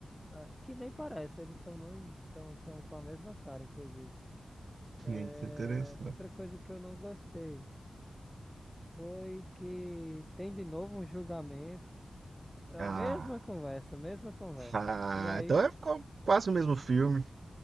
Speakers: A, in the centre; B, on the right.
A: É, que nem parece, eles são muito. Tão, tão com a mesma cara, inclusive. É,
B: Gente, Isso é interessante.
A: outra coisa que eu não gostei. Foi que tem de novo um julgamento. É a
B: Ah.
A: mesma conversa, a mesma conversa.
B: Ah,
A: E aí,
B: então é co- quase o mesmo filme.